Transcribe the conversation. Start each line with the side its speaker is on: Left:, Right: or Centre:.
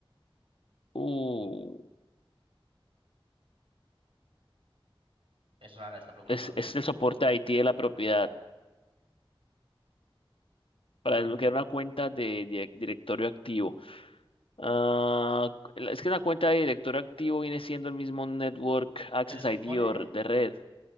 Left: uh,
Right: Es rara esta pregunta
Left: es,
Right: también,
Left: es
Right: ¿eh?
Left: el soporte IT de la propiedad para
Right: Ujú.
Left: desbloquear una cuenta de, di- directorio activo. Ah, la- es que una cuenta de directorio activo viene siendo el mismo Network Access
Right: Pero es
Left: ID
Right: que pone,
Left: o de red.